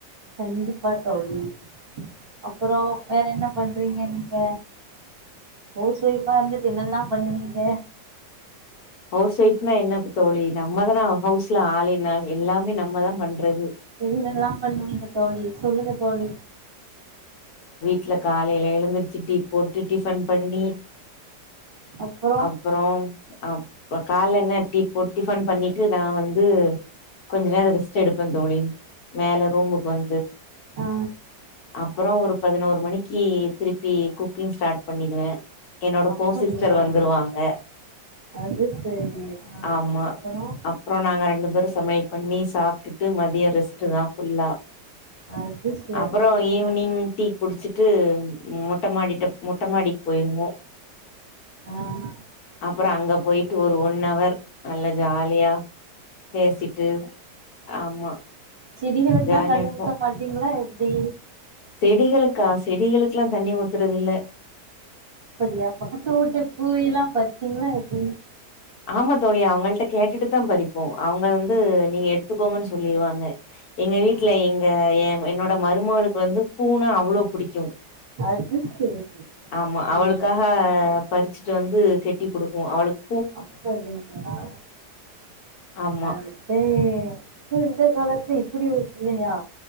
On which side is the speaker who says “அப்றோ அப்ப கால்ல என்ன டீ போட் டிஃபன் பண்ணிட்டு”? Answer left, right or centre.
Left